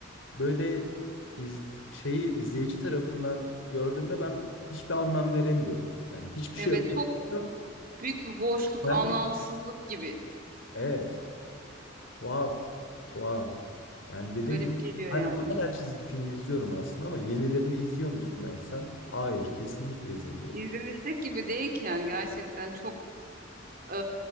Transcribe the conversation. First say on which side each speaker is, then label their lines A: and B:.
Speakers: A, on the left; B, on the right.
A: böyle iz- şeyi izleyici tarafından gördüğümde ben hiçbir anlam veremiyorum. Yani hiçbir
B: Evet,
A: şey öğretmiyor.
B: çok büyük bir boşluk,
A: Hiçbir-
B: anlamsızlık gibi
A: Evet, tuhaf, tuhaf. Yani dediğim
B: garip
A: gibi
B: geliyor
A: hala,
B: yani.
A: hala çizgi film izliyorum aslında ama yenilerini izliyor musun dersen hayır, kesinlikle izlemiyorum.
B: İzlenilecek gibi değil ki yani gerçekten çok eee,